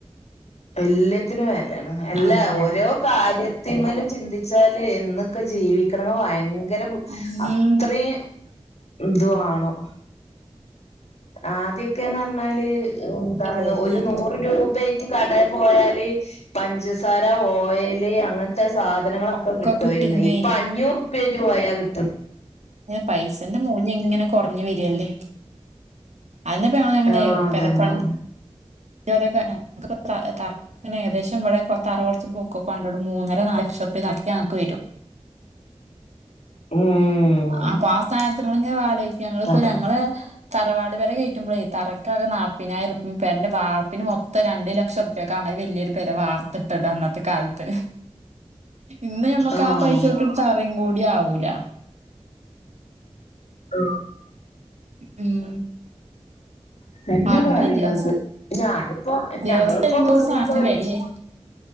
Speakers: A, on the left (about 70°); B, on the right (about 80°).
A: എല്ല ത്തിനും വല്ലാണ് അല്ല
B: ആഹ്
A: ഓരോ കാര്യത്തിമ്മലും ചിന്തിച്ചാല് എന്നൊക്കെ ജീവിക്കണെങ്ക ഭയങ്കര
B: ഉം
A: അത്രയും ഇതു ആണോ ആദ്യക്കെന്ന് പറഞ്ഞാല് എന്താണ്
B: വെലിം
A: ഒരു നൂറ് രൂപറ്റ് അ പോയാല് പഞ്ചസാര ഓയല് അങ്ങനത്തെ സാധനങ്ങളൊക്കെ
B: ഒക്കെ
A: കിട്ടുവമായിരുന്നു
B: കിട്ടീന്നേ
A: ഇപ്പൊ അഞ്ഞൂറുപ്യട്ട് പോയാ കി
B: പൈസന്റെ മൂല്യം എങ്ങനെ കുറഞ്ഞ് വരില്ലേ അയിനപ്പ ഞങ്ങൾ എങ്ങനെ
A: ആഹ് അതന്നെ
B: പേരപ്പണി <unintelligible> ഏകദേശം ഇവിടെ തറ കുറച്ച് പൊക്കണ്ട മൂന്നര നാല <unintelligible> ഞങ്ങക്ക് വരും
A: ഉം
B: അപ്പൊ ആ സ്ഥാനത്ത് ങ്ങനെ അലോയിക്ക ഞങ്ങളിപ്പോ
A: അതെ
B: ഞങ്ങള് തറവാട് പരെ കയറ്റുമ്പോളേ തറക്കാ ക്കെ നാൽപ്പതിനായിരം റുപിമ് പേരൻ്റെ വാറ് പ്പിന് മൊത്തം രണ്ട് ലക്ഷംറുപൊക്കെ അത് വലിയൊരു പേരെ വാർത്തിട്ടത് അന്നത്തെ കാലത്ത് ഇന്ന് ഞമ്മക്ക്
A: ആഹ്
B: ആ പൈസോട്ട് തറയും കൂടി ആകൂല
A: ഹ
B: ഉം
A: എന്നെ
B: അങ്ങനെ
A: പറയണത്
B: ദിവസം
A: ഞാൻ ഇപ്പൊ
B: ദിവസം
A: ഞങ്ങളിപ്പോ
B: വരുന്തോറും
A: വീടൊക്കെ
B: സാധനത്തിന്
A: വെച്ച്
B: വെലയായി